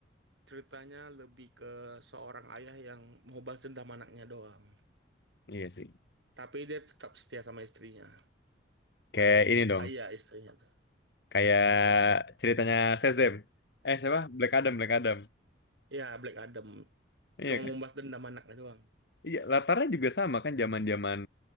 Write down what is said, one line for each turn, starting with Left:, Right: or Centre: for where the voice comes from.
Right: Ceritanya lebih ke seorang ayah yang mau balas dendam anaknya doang.
Left: Iya sih.
Right: Tapi dia tetap setia sama istrinya.
Left: Kayak ini dong.
Right: Ayah istrinya tuh.
Left: Kayak ceritanya Shazam. Eh siapa? Black Adam, Black Adam.
Right: Ya, Black Adam.
Left: Iya
Right: Cuma
Left: kan?
Right: mau balas dendam anaknya doang.
Left: Iya, latarnya juga sama kan zaman-zaman